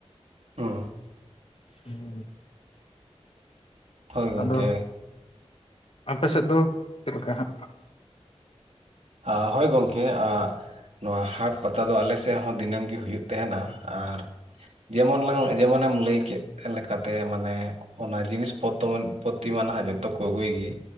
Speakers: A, on the right; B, on the left.
A: ᱦᱩᱸ
B: ᱦᱩᱸ
A: ᱦᱳᱭ ᱜᱚᱝᱠᱮ
B: ᱟᱫᱚ ᱟᱯᱮ ᱥᱮᱫ ᱫᱚ ᱪᱮᱫᱞᱮᱠᱟ ᱦᱟᱸᱜ?
A: ᱟ. ᱜ ᱦᱳᱭ ᱜᱚᱢᱠᱮ ᱟᱜ ᱱᱚᱣᱟ ᱦᱟᱴ ᱯᱟᱛᱟ ᱫᱚ ᱟᱞᱮ ᱥᱮᱜ ᱦᱚᱸ ᱫᱤᱱᱟᱹᱢ ᱜᱮ ᱦᱩᱭᱩᱜ ᱛᱟᱦᱮᱱᱟ ᱟᱨ ᱡᱮᱢᱚᱱ ᱞᱟᱝ ᱡᱮᱢᱚᱱᱮᱢ ᱞᱟᱹᱭ ᱠᱮᱫ ᱞᱮᱠᱟᱛᱮ ᱢᱟᱱᱮ ᱚᱱᱟ ᱡᱤᱱᱤᱥ ᱯᱚᱛᱚ-ᱯᱚᱛᱤ ᱢᱟ ᱱᱟᱦᱟᱜ ᱡᱚᱛᱚ ᱠᱚ ᱟᱜᱩᱭ ᱜᱮ